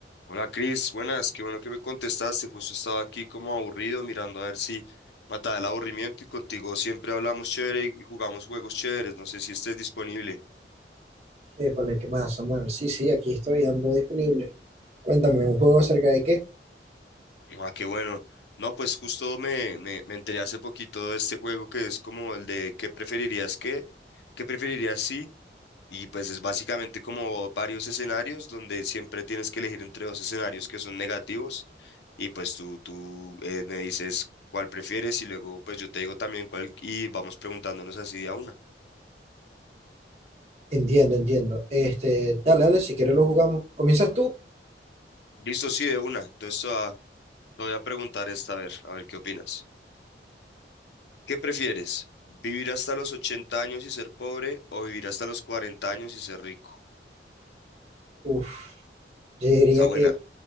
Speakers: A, on the left; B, on the right.
A: Hola Cris, buenas, qué bueno que me contestaste. Justo estaba aquí como aburrido mirando a ver si mataba el aburrimiento y contigo siempre hablamos chévere y jugamos juegos chéveres. No sé si estés disponible.
B: Épale, ¿qué más, Samuel? Sí, sí, aquí estoy, ando disponible. Cuéntame, ¿un juego acerca de qué?
A: Ah, qué bueno. No, pues justo me, me, me enteré hace poquito de este juego que es como el de ¿qué preferirías qué? ¿Qué preferirías si? Y pues es básicamente como varios escenarios donde siempre tienes que elegir entre dos escenarios que son negativos y pues tú, tú eh, me dices cuál prefieres y luego pues yo te digo también cuál y vamos preguntándonos así de a una.
B: Entiendo, entiendo. Este, dale, dale, si quieres lo jugamos. ¿Comienzas tú?
A: Listo, sí, de una. Entonces te voy a te voy a preguntar esta, a ver, a ver qué opinas. ¿Qué prefieres? ¿Vivir hasta los 80 años y ser pobre o vivir hasta los 40 años y ser rico?
B: Uf, yo diría
A: Está buena.
B: que,